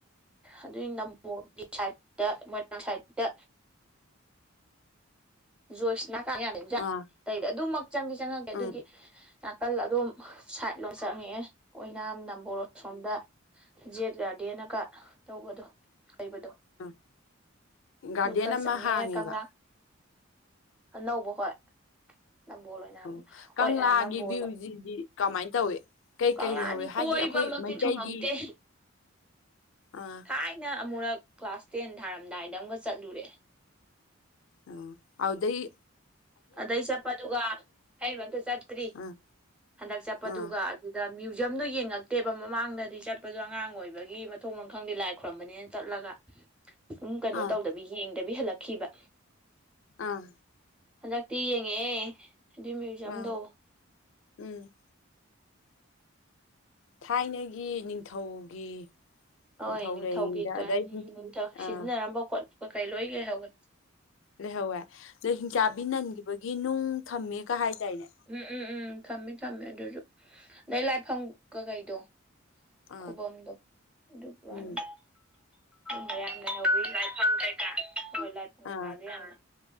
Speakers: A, in the centre; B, on the left (about 60°).
A: ꯑꯗꯨꯒꯤ ꯅꯝꯕꯣꯜꯒꯤ ꯁꯥꯏꯠꯇ ꯃꯣꯏꯔꯥꯡ ꯁꯥꯏꯠꯇ ꯖꯣꯏꯁꯅꯥꯀ <inaudible> ꯌꯥꯅꯤ ꯌꯥꯏ
B: ꯑꯥ
A: ꯂꯩꯗ ꯑꯗꯨꯃꯛ ꯆꯪꯗꯤ ꯆꯪꯉꯛꯇꯦ ꯑꯗꯨꯒꯤ
B: ꯎꯝ
A: ꯅꯥꯀꯜ ꯑꯗꯨꯝ ꯁꯥꯏꯠ ꯂꯣꯝ ꯆꯪꯉꯛꯑꯦ ꯑꯣꯏꯅꯥꯝ ꯅꯝꯕꯣꯜ ꯑꯁꯣꯝꯗ ꯖꯦꯠ ꯒꯥꯔꯗꯦꯅꯒ ꯇꯧꯕꯗꯣ ꯂꯩꯕꯗꯣ
B: ꯑꯝ ꯒꯥꯔꯗꯦꯟ
A: ꯑꯗꯨ ꯈꯔ
B: ꯑꯃ
A: ꯆꯪꯉꯦ
B: ꯍꯥꯡꯉꯦꯕ
A: ꯀꯪꯂꯥ ꯑꯅꯧꯕ ꯍꯣꯏ ꯅꯝꯕꯣꯜ ꯑꯣꯏꯅꯥꯝ
B: ꯑꯣ ꯀꯪꯂꯥꯒꯤ
A: ꯍꯣꯏ ꯅꯝꯕꯣꯜꯗ
B: ꯚ꯭ꯌꯨꯁꯤꯗꯤ ꯀꯃꯥꯏꯅ ꯇꯧꯏ ꯀꯩꯀꯩ
A: ꯀꯪꯂꯥꯗꯤ
B: ꯂꯩꯍꯧꯋꯤ ꯍꯥꯏꯗꯤ
A: ꯀꯣꯏꯕꯃꯛꯇꯤ
B: ꯑꯩꯈꯣꯏ ꯃꯩꯇꯩꯒꯤ
A: ꯊꯨꯡꯉꯗꯦ
B: ꯑꯥ
A: ꯊꯥꯏꯅ ꯑꯃꯨꯔꯛ ꯀ꯭ꯂꯥꯁ ꯇꯦꯟ ꯊꯥꯔꯝꯗꯥꯏꯗ ꯑꯃꯨꯛꯀ ꯆꯠꯂꯨꯔꯦ
B: ꯑꯣ ꯑꯗꯨꯗꯩꯩ
A: ꯑꯗꯩ ꯆꯠꯄꯗꯨꯒ ꯍꯔꯤꯕ ꯑꯃꯇ ꯆꯠꯇ꯭ꯔꯤ
B: ꯑꯥ
A: ꯍꯟꯗꯛ ꯆꯠꯄꯗꯨꯒ
B: ꯑꯥ
A: ꯑꯗꯨ ꯑꯗ ꯃ꯭ꯌꯨꯖꯌꯝꯗꯣ ꯌꯦꯡꯉꯛꯇꯦꯕ ꯃꯃꯥꯡꯗꯗꯤ ꯆꯠꯄꯗꯣ ꯑꯉꯥꯡ ꯑꯣꯏꯕꯒꯤ ꯃꯊꯣꯡ ꯃꯈꯪꯗꯤ ꯂꯥꯏ ꯈꯔꯝꯕꯅꯦꯅ ꯆꯠꯂꯒ ꯁꯨꯝ ꯀꯩꯅꯣ
B: ꯑꯥ
A: ꯇꯧꯗꯕꯤ ꯌꯦꯡꯗꯕꯤ ꯍꯜꯂꯛꯈꯤꯕ
B: ꯑꯥ
A: ꯍꯟꯗꯛꯇꯤ ꯌꯦꯡꯉꯛꯦ ꯑꯗꯨꯏ ꯃ꯭ꯌꯨꯖꯌꯝꯗꯣ
B: ꯑꯥ ꯎꯝ ꯊꯥꯏꯅꯒꯤ ꯅꯤꯡꯊꯧꯒꯤ
A: ꯍꯣꯏ
B: ꯅꯤꯡꯊꯧ
A: ꯅꯤꯡꯊꯧꯒꯤ
B: ꯂꯩꯔꯤꯉꯩꯗ ꯑꯗꯩ
A: ꯎꯝ ꯅꯤꯡꯊꯧ ꯁꯤꯖꯤꯟꯅꯔꯝꯕ
B: ꯑꯥ
A: ꯈꯣꯠꯄ ꯀꯩ ꯂꯣꯏ ꯂꯩꯍꯧꯏ
B: ꯂꯩꯍꯧꯋꯦ ꯑꯗꯨ ꯍꯤꯡꯆꯥꯕꯤ ꯅꯟꯈꯤꯕꯒꯤ ꯅꯨꯡ ꯊꯝꯃꯦ ꯀ ꯍꯥꯏꯇꯥꯏꯅꯦ
A: ꯎꯝ ꯎꯝ ꯎꯝ ꯊꯝꯃꯦ ꯊꯝꯃꯦ ꯑꯗꯨꯁꯨ ꯑꯗꯩ ꯂꯥꯏꯐꯝ ꯀꯀꯩꯗꯣ
B: ꯑꯥ
A: ꯈꯨꯨꯕꯝꯗꯣ ꯑꯗꯨꯒꯤ ꯋꯥꯅꯤ
B: ꯎꯝ
A: ꯃꯌꯥꯝ ꯂꯩꯍꯧꯋꯤ ꯂꯥꯏꯐꯝ ꯀꯩꯀꯥ ꯍꯣꯏ ꯂꯥꯏꯐꯝ ꯀꯩꯀꯥꯁ
B: ꯑꯥ
A: ꯌꯥꯝꯅ